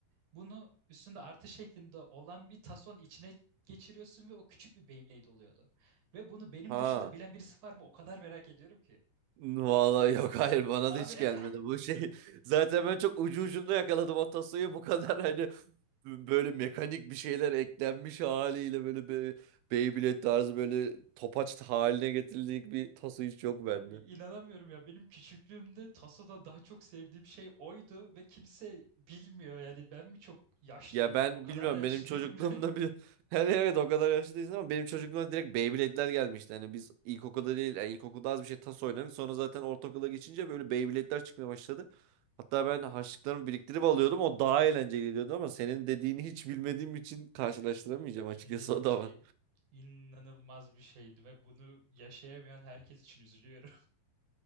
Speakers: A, on the right; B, on the right.
A: Bunu üstünde artı şeklinde olan bir tason içine geçiriyorsun ve o küçük bir Beyblade oluyordu. Ve bunu benim
B: Ha.
A: dışında bilen birisi var mı? O kadar merak ediyorum ki.
B: Vallahi yok hayır bana da
A: Abi
B: hiç
A: <laughs>
B: gelmedi bu şey. <laughs> Zaten ben çok ucu ucuna yakaladım o tasayı bu kadar hani böyle mekanik bir şeyler eklenmiş haliyle böyle be Beyblade tarzı böyle topaç haline getirildiği bir tası hiç yok bende.
A: Abi inanamıyorum ya benim küçüklüğümde Taso'da daha çok sevdiğim şey oydu ve kimse bilmiyor yani ben mi çok yaşlıyım
B: Ya ben
A: o kadar
B: bilmiyorum
A: da yaşlı
B: benim çocukluğumda
A: değilim.
B: bir <laughs> hani evet o kadar yaşlı değilsin ama benim çocukluğumda direkt Beyblade'ler gelmişti. Hani biz ilkokulda değil yani ilkokulda az bir şey tas oynadık sonra zaten ortaokula geçince böyle Beyblade'ler çıkmaya başladı. Hatta ben harçlıklarımı biriktirip alıyordum. O daha eğlenceli geliyordu ama senin dediğini hiç bilmediğim için
A: <laughs>
B: karşılaştıramayacağım
A: Benim
B: açıkçası
A: benim dediğim
B: o da
A: şey
B: var.
A: inanılmaz bir şeydi ve bunu yaşayamayan herkes için üzülüyorum.